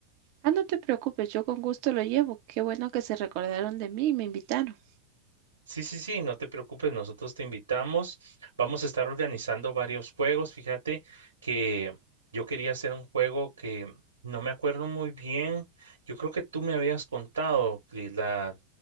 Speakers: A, on the right; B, on the right.
A: Ah, no te preocupes, yo con gusto lo llevo. Qué bueno que se recordaron de mí y me invitaron.
B: Sí, sí, sí, no te preocupes, nosotros te invitamos. Vamos a estar organizando varios juegos. Fíjate que yo quería hacer un juego que no me acuerdo muy bien. Yo creo que tú me habías contado de la,